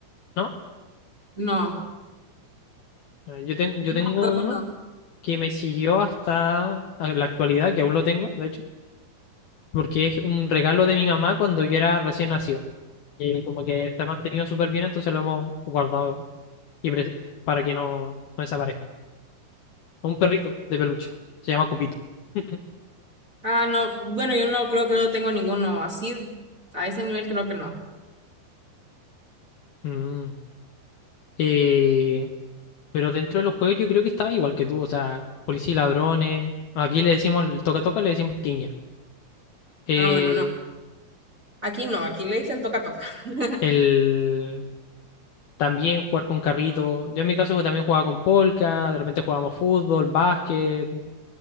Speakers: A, on the left (about 65°); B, on the right (about 20°).
A: ¿no?
B: No,
A: Eh, Yo, ten- yo
B: no,
A: tengo
B: creo que
A: uno
B: no.
A: que me siguió hasta la actualidad, que aún lo tengo, de hecho, porque es un regalo de mi mamá cuando yo era recién nacido. Y como que está mantenido súper bien, entonces lo hemos guardado y pre- para que no, no desaparezca. Un perrito de peluche. Se llama Cupito. <laughs>
B: Ah, no, bueno, yo no creo que no tengo ninguno así, a ese nivel creo que no.
A: Mm. Eh, pero dentro de los juegos yo creo que estaba igual que tú. O sea, policía y ladrones. Aquí le decimos el toca toca, le decimos tiña. Eh,
B: Ah, bueno, no. Aquí no, aquí le dicen toca toca. <laughs>
A: el también jugar con carrito. Yo en mi caso también jugaba con polka, de repente jugábamos fútbol, básquet,